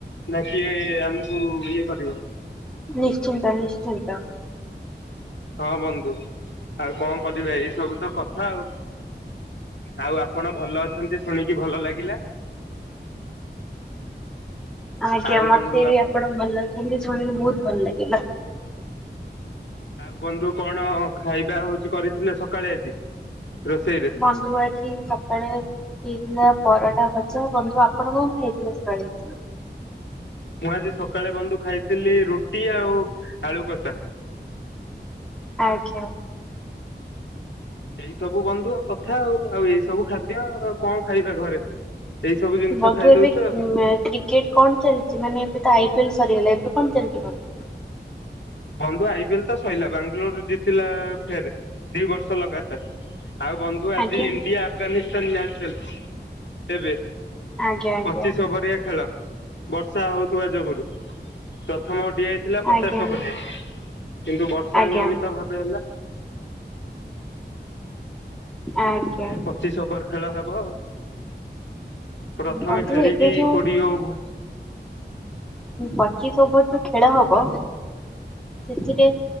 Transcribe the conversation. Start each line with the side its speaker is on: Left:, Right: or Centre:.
Left: ନା କିଏ ଆମକୁ ଇଏ କରିବ।
Centre: ନିଶ୍ଚିନ୍ତ ନିଶ୍ଚିନ୍ତ।
Left: ହଁ ବନ୍ଧୁ ଆଉ କଣ କରିବା ଏଇସବୁ ତ କଥା ଆଉ ଆଉ ଆପଣ ଭଲ ଅଛନ୍ତି ଶୁଣିକି ଭଲ ଲାଗିଲା।
Centre: ଆଜ୍ଞା
Left: ଆଉ
Centre: ମତେ
Left: ବନ୍ଧୁ
Centre: ବି ଆପଣ ଭଲ ଅଛନ୍ତି ଶୁଣିକି ବହୁତ ଭଲ ଲାଗ୍ ଗିଲା
Left: ଆଉ ବନ୍ଧୁ କଣ ଖାଇବା ହଉଚି କରିଥିଲେ ସକ୍ କାଳେ ଆଜି? ରୋଷେଇରେ?
Centre: ବନ୍ଧୁ ଆଜି ସକାଳେ ହେଇଥିଲା ପରଟା ଭଜା ବନ୍ଧୁ ଆପଣ କଣ ଖାଇଥିଲେ ସେକାଳେ?
Left: ମୁଁ ଆଜି ସକାଳେ ବନ୍ଧୁ ଖାଇଥିଲି ରୁଟି ଆଉ ଆଳୁ କସା।
Centre: ଆଜ୍ଞା।
Left: ଏଇ ସବୁ ବନ୍ଧୁ ଆ କଥା ଆଉ ଆଉ ଏଇ ସବୁ ଖାଦ୍ୟ ଆ କଣ ଖାଇବା ଘରେ। ଏଇ ସବୁ ଜିନିଷ
Centre: ବନ୍ଧୁ
Left: ଖାଇଦଉଛୁ
Centre: ଏବେ
Left: ଆଉ
Centre: ଉଁ କ୍ରିକେଟ କଣ ଚାଲିଛି ମାନେ ଏବେ ତ ଆଇ ପି ଏଲ୍ ସରିଗଲା ଏବେ କଣ ଚାଲିଛି ବନ୍ଧୁ?
Left: ବନ୍ଧୁ ଆଇ ପିଏ ଲ ତ ସରିଲା ବାଙ୍ଗାଲୋର ଜିତିଲା ଫେରେ ଦି ବର୍ଷ ଲଗାତାର। ଆଉ ବନ୍ଧୁ ଆଜି
Centre: ଆଜ୍ଞା
Left: ଇଣ୍ଡିଆ ଆଫଗାନିସ୍ତାନ ମ୍ୟାଚ ଚାଲ୍ <unintelligible> ଏବେ।
Centre: ଆଜ୍ଞା ଆଜ୍ଞା
Left: ପଚିଶ ଓଭରିଆ ଖେଳ ବର୍ଷା ହଉ ତୁଆ ଯୋଗୁରୁ। ପ୍ରଥମ ଓଡ଼ିଆଇ ଥିଲା ପଚାଶ
Centre: ଆଜ୍ଞା
Left: ଓଭର। କିନ୍ତୁ ବର୍ଷା
Centre: ଆଜ୍ଞା
Left: ନିୟମିତ ଭାବେ ହେଲା
Centre: ଆଜ୍ଞା
Left: ସେଥିପାଇଁ ପଚିଶ ଓଭର ଖେଳ ହେବ ଆଉ। ପ୍ରଥମେ
Centre: ବନ୍ଧୁ
Left: ଖେଳି
Centre: ଏବେ
Left: କି
Centre: ଯୋଉ
Left: କୋଡିଏ ଓଭର୍
Centre: ପଚିଶ ଓଭର ଯୋଉ ଖେଳ ହବ ସେଥିରେ